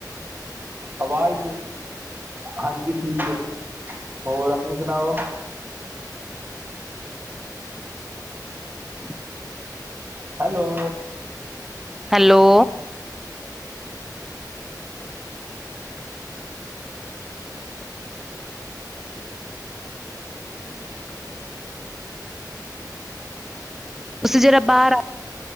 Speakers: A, on the right (about 25°); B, in the centre.
A: ਆਵਾਜ਼ ਨਹੀਂੀ ਹਾਂਜੀ ਠੀਕ ਹੈ ਹੋਰ ਆਪਣੀ ਸੁਣਾਓ
B: ਹ
A: ਹੈਲੋ
B: ਹੈਲੋ ਉਸ ਜਿਹੜਾ ਬਾਹਰ ਆ